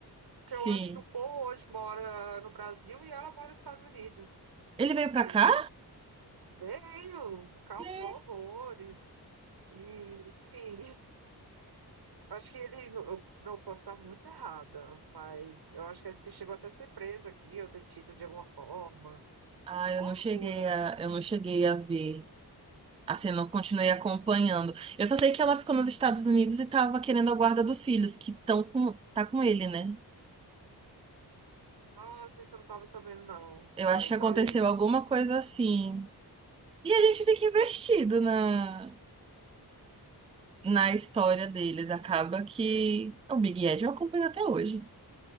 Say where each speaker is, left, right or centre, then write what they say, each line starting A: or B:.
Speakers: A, on the right; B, on the right.
A: Porque
B: Sim.
A: eu acho que o Paul hoje mora no Brasil e ela mora nos Estados Unidos.
B: Ele
A: Por
B: veio
A: quê?
B: pra cá?
A: Veio, causou
B: É.
A: horrores, E, enfim, <laughs> acho que ele. Eu, não, eu posso estar muito errada, mas eu acho que ele chegou até a ser preso aqui, ou detido de alguma forma.
B: Ah,
A: Uma
B: eu não
A: loucura.
B: cheguei a, eu não cheguei a ver. Assim, não continuei acompanhando. Eu só sei que ela ficou nos Estados Unidos e tava querendo a guarda dos filhos, que estão com, tá com ele, né?
A: Nossa, isso eu não estava sabendo, não.
B: Eu
A: Mas
B: acho que aconteceu
A: olha aí.
B: alguma coisa assim. E a gente fica investido na, na história deles. Acaba que o Big Ed eu acompanho até hoje.